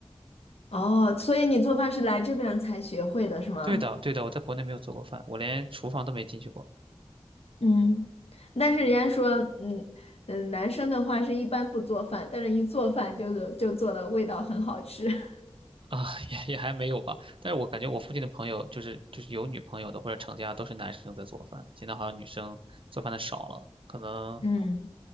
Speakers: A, on the left; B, on the right.
A: 哦，所以你做饭是来这边儿才学会的是吗？
B: 对的，对的，我在国内没有做过饭，我连厨房都没进去过
A: 嗯，但是人家说，嗯嗯，男生的话是一般不做饭，但是一做饭就是就做的味道很好吃。<laughs>
B: <laughs> 啊，也也还没有吧。但是我感觉我附近的朋友，就是就是有女朋友的或者成家，都是男生在做饭。现在好像女生做饭的少了，可能
A: 嗯。